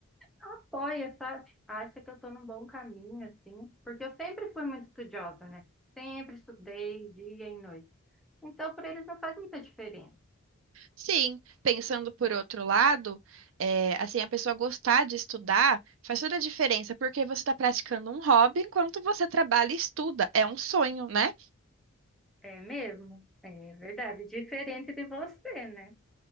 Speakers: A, in the centre; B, on the right (about 70°).
A: apoia, sabe? Acha que eu tô num bom caminho, assim, porque eu sempre fui muito estudiosa, né? Sempre estudei dia e noite. Então, para eles não faz muita diferença.
B: Sim, pensando por outro lado, é, assim, a pessoa gostar de estudar faz toda a diferença, porque você está praticando um hobby enquanto você trabalha e estuda. É um sonho, né?
A: É mesmo? É verdade. Diferente de você, né?